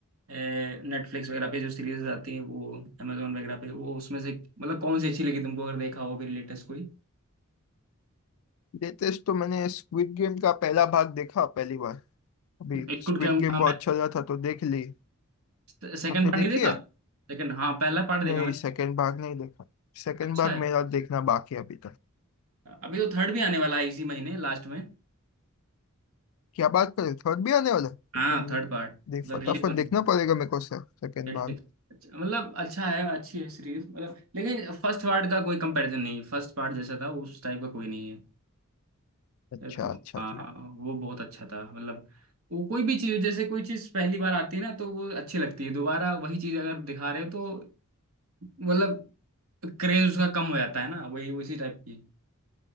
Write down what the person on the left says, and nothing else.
लेटेस्ट तो मैंने स्क्विड गेम का पहला भाग देखा पहली बार अभी
स्क्विड
गेम
बहुत चल रहा था तो देख ली
आपने
देखी
है
नहीं
सेकंड भाग नहीं देखा सेकंड
भाग
मेरा देखना बाकी है अभी
क्या बात कर रहे, थर्ड भी आने वाला है तो
फिर
देख फटाफट
देखना पड़ेगा मेरे को सर सेकंड
बार
अच्छा
अच्छा
जी